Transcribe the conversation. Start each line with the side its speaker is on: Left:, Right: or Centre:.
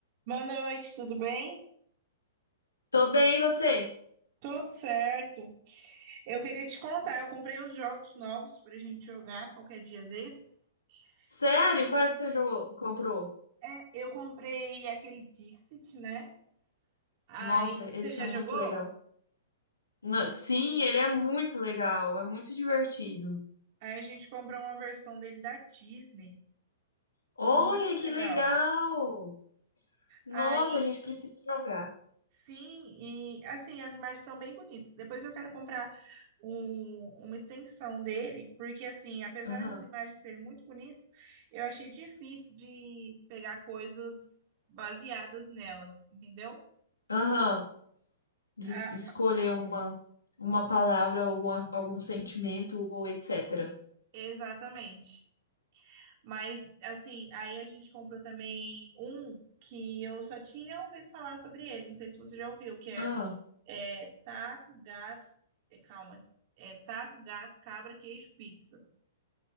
Right: Boa noite, tudo bem?
Left: Tô bem, e você?
Right: Tudo certo. Eu queria te contar, eu comprei uns jogos novos pra gente jogar qualquer dia desses.
Left: Sério?
Right: E,
Left: Quais que você jogou, comprou?
Right: é, eu comprei aquele Dixit, né? Aí
Left: Nossa, esse
Right: você já
Left: é muito
Right: jogou?
Left: legal. Na- Sim, ele é muito legal, é muito divertido.
Right: Aí a gente comprou uma versão dele da Disney.
Left: Olha
Right: Muito
Left: que
Right: legal.
Left: legal! Nossa,
Right: Aí
Left: a gente precisa jogar.
Right: Sim, e assim, as imagens são bem bonitas. Depois eu quero comprar um- uma extensão dele, porque assim, apesar
Left: Aham.
Right: das imagens serem muito bonitas, eu achei difícil de pegar coisas baseadas nelas, entendeu?
Left: Aham. De
Right: Ah,
Left: escolher
Right: ma-
Left: uma uma palavra, alguma, algum sentimento ou etc.
Right: exatamente. Mas assim, aí a gente comprou também um que eu só tinha ouvido falar sobre ele, não sei se você já ouviu, que é,
Left: Ah.
Right: é taco, gato, é, calma, é taco, gato, cabra, queijo, pizza.